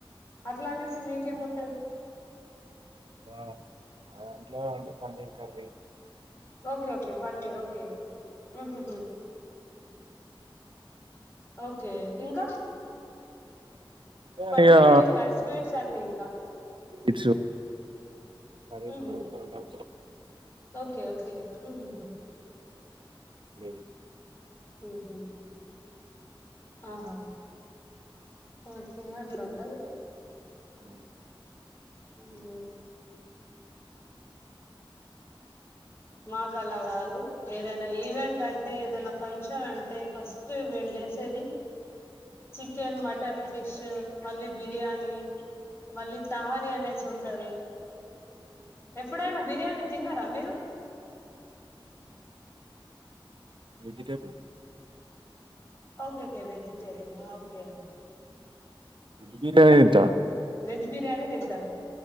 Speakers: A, on the left; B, on the right.
A: అట్లా అనేసి మీకేముంటది
B: వావ్ మా ఇంట్లో ఉంటే paneer curry
A: okay okay paneer okay ఉహూ హూ ఓకె ఓకే ఇంకా
B: మొత్తం
A: పన్నీరే
B: ఇడా
A: ఇంకా స్వీట్స్ అన్ని ఇంకా
B: స్వీట్స్ కర్రిస్
A: ఉహు ఓకే ఓకే ఉహు హు
B: లేవి
A: ఉహు ఆహా ఓకే అట్లా ఉంటది
B: ఉమ్
A: ఉహుమ్ మాకు అలా కాదు ఏదైనా ఈవెంట్ అంటే ఏదైనా ఫంక్షన్ అంటే ఫస్ట్ మేము చేసేది చికెన్ మటన్ పిష్ మళ్ళీ బిర్యానీ మళ్ళీ తహారీ అనేసి ఉ టంది ఎప్పుడైనా బిర్యానీ తిన్నారా మీరు
B: వెజిటేబుల్
A: ఓకే ఓకే వెజిటేరియన్ ఆ ఓకే
B: వెజ్ బిర్యాని తింటా
A: వెజ్ బిర్యానీ తింటారు